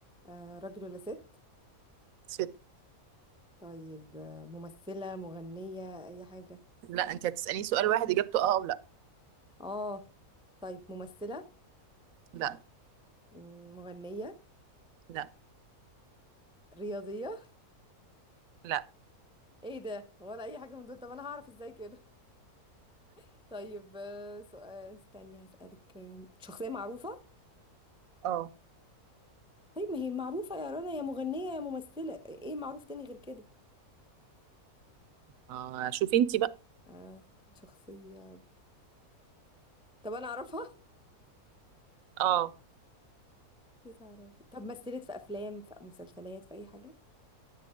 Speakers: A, in the centre; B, on the right.
A: آه راجل ولا ست
B: ست
A: طيب آه ممثله مغنيه اي حاجه
B: لا انتي هتسأليني سؤال واحد اجابته اه او لا
A: اه طيب ممثله
B: لا
A: مم، مغنيه
B: لا
A: رياضيه
B: لا
A: ايه ده ولا اي حاجه من دول طب انا هعرف ازاي كده <laughs> طيب آه سؤال استني هسالك آه، شخصيه معروفه
B: اه
A: طيب ما هي معروفه يا رنا يا مغنيه يا ممثله ايه معروف تاني غير كده
B: اه شوفي انتي بقى
A: آه شخصيه طب انا اعرفها
B: اه
A: دي تعرفي طب مثلت في افلام في مسلسلات في اي حاجه